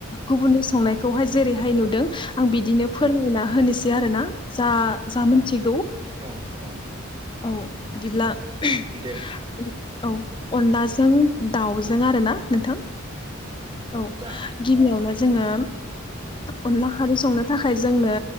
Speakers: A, on the left; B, on the right.
A: गुबुननि संनायखौहाय जेरैहाय नुदों। आं बिदिनो फोरमायना होनोसै आरोना जा मा मिथिगौ
B: औ औ
A: औ बिदिब्ला <unintelligible>
B: दे
A: औ अनलाजों दाउजों आरोना नोंथां औ
B: जागोन दे।
A: गिबियावनो जोङो अनला खारै संनो थाखाय जोंनो